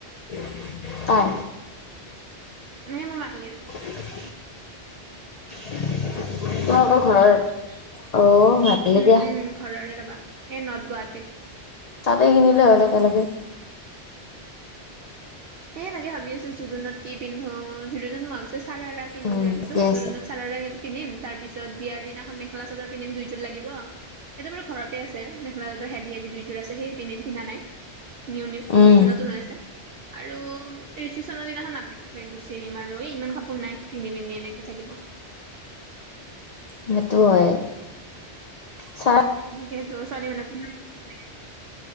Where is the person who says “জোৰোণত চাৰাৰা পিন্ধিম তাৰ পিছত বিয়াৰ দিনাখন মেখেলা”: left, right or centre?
Right